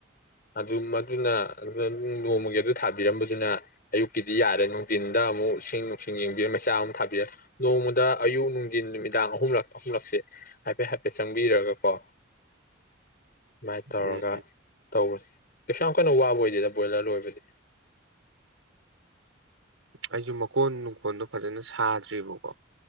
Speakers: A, on the left; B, on the right.
A: ꯑꯗꯨ ꯃꯗꯨꯅ ꯑꯗꯨꯅ ꯅꯣꯡꯃꯒꯤ ꯑꯗꯨ ꯊꯥꯕꯤꯔꯝꯕꯗꯨꯅ ꯑꯌꯨꯛꯀꯤꯗꯤ ꯌꯥꯔꯦ ꯅꯨꯡꯊꯤꯟꯗ ꯑꯃꯨꯛ ꯏꯁꯤꯡ ꯁꯨꯝ ꯌꯦꯡꯕꯤꯔ ꯃꯆꯥ ꯑꯃꯨꯛ ꯊꯥꯕꯤꯔ ꯅꯣꯡꯃꯗ ꯑꯌꯨꯛ ꯅꯨꯡꯊꯤꯟ ꯅꯨꯃꯤꯗꯥꯡ ꯑꯍꯨꯝꯂꯛ ꯑꯍꯨꯝꯂꯛꯁꯦ ꯍꯥꯏꯐꯦꯠ ꯍꯥꯏꯐꯦꯠ ꯆꯪꯕꯤꯔꯒꯀꯣ ꯁꯃꯥꯏ ꯇꯧꯔꯒ
B: ꯎꯝ
A: ꯇꯧꯕꯅꯤ ꯀꯩꯁꯨ ꯌꯥꯝ ꯀꯟꯅ ꯋꯥꯕ ꯑꯣꯏꯗꯦꯗ ꯕꯣꯏꯂꯔ ꯂꯣꯏꯕꯗꯤ
B: ꯑꯩꯁꯨ ꯃꯀꯣꯟ ꯅꯨꯡꯀꯣꯟꯗꯣ ꯐꯖꯅ ꯁꯥꯗ꯭ꯔꯤꯕꯀꯣ